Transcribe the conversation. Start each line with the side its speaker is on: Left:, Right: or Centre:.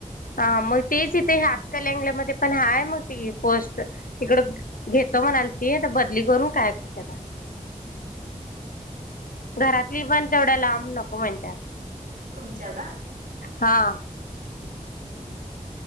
Left: हा मग तेच इथे हातकणंगले मध्ये पण हाय मग ती पोस्ट तिकड घेतो म्हणालती तर बदली करून काय करत्या काय माहि
Right: हम्म्म्म
Left: घरातली पण तेवढ्या लांब नको म्हणत्यात
Right: तुमच्या का?
Left: हा
Right: हम्म